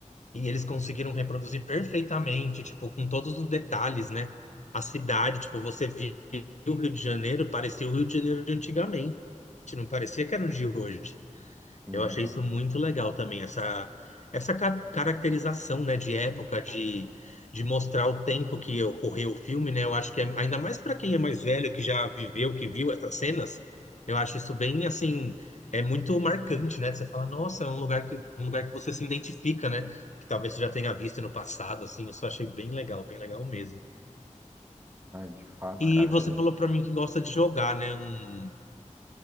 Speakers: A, on the left (about 65°); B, on the right (about 20°).
A: E eles conseguiram reproduzir perfeitamente, tipo, com todos os detalhes, né? A cidade, tipo, você via o Rio de Janeiro, parecia o Rio de Janeiro de antigamente, não parecia que era o de hoje.
B: Sim,
A: Eu achei isso muito legal também, essa, essa ca- caracterização, né, de época, de, de mostrar o tempo que ocorreu o filme, né? Eu acho que é, ainda mais para quem é mais velho, que já viveu, que viu essas cenas, eu acho isso bem assim, é muito marcante, né? Você fala, nossa, é um lugar que, um lugar que você se identifica, né? Que talvez você já tenha visto no passado, assim, isso eu achei bem legal, bem legal mesmo.
B: ah, de fato,
A: E
B: cara.
A: você falou
B: é-
A: para mim que gosta de jogar, né? Um,